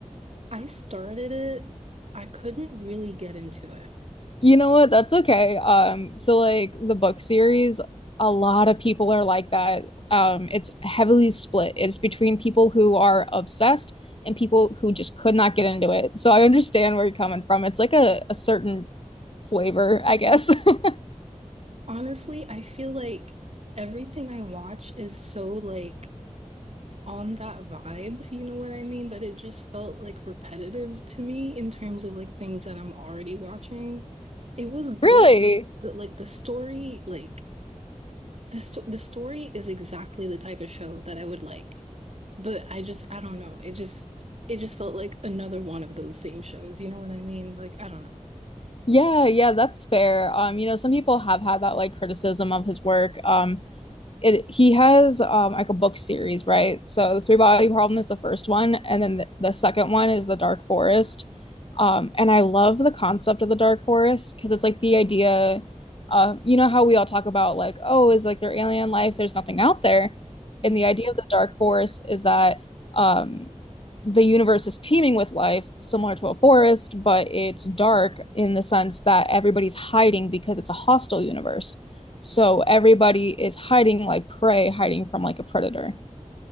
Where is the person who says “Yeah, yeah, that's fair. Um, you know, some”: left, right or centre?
Left